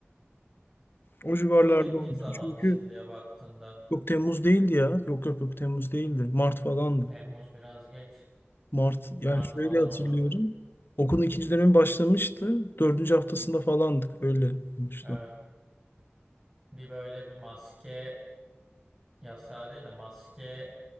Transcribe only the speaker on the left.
O civarlarda
olmuştu.
Çünkü
yok Temmuz değildi ya. Yok yok yok Temmuz değildi. Mart falandı.
Mart yani
şöyle
hatırlıyorum.
Okulun ikinci dönemi başlamıştı. Dördüncü haftasında falandık. Öyle olmuştu.